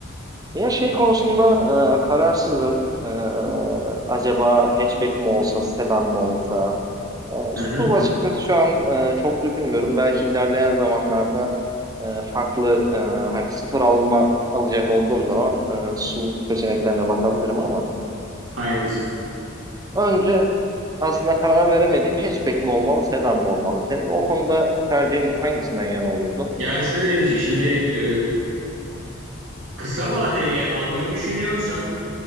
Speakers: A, on the right; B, on the right.
A: ya şey konusunda e, kararsızım. E, acaba hatchback mi olsa, sedan mı olsa? Ee,
B: Hı
A: Su
B: hı,
A: açıkçası şu an e, çok düşünmüyorum. Belki ilerleyen zamanlarda e, farklı e, hani sıfır alma alacak olduğum zaman e, su seçeneklerine bakabilirim ama
B: hayırlısı.
A: önce aslında karar veremediğim hatchback mi olmalı, sedan mı olmalı? Senin o konuda tercihin hangisinden yana olurdu?
B: Ya şöyle bir şey. Şimdi e, kısa vadeli eğer almayı düşünüyorsan